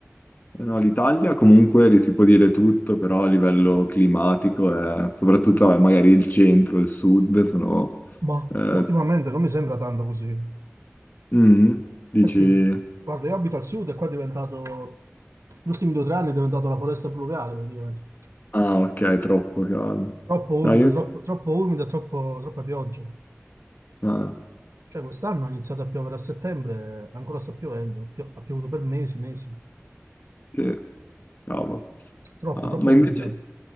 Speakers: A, on the left (about 40°); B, on the right (about 85°).
A: Eh, no, l'Italia comunque lì si può dire tutto, però a livello climatico, è- soprattutto eh, magari il centro, il sud, sono...
B: Ma
A: eh,
B: ultimamente non mi sembra tanto così.
A: mm, dici,
B: Eh sì, guarda, io abito al sud e qua è diventato, gli ultimi due o tre anni è diventato la foresta pluviale praticamente.
A: ah ok, è troppo caldo.
B: Troppo
A: No,
B: umido,
A: io-
B: troppo, troppo umido e troppo, troppa pioggia.
A: ah,
B: Cioè quest'anno è iniziato a piovere a settembre, ancora sta piovendo, pio- ha piovuto per mesi, mesi.
A: ok, cavolo.
B: Troppo,
A: Ah,
B: troppo
A: ma
B: umidità.
A: invece...